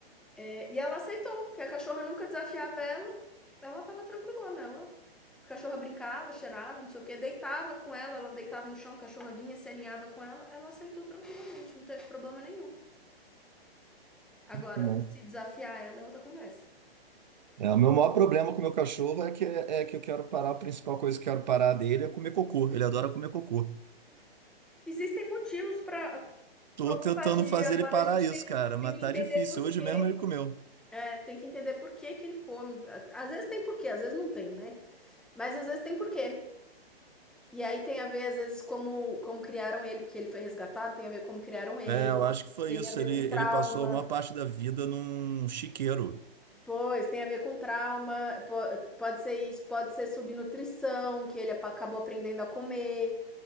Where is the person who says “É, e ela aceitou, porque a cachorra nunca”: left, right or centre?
Centre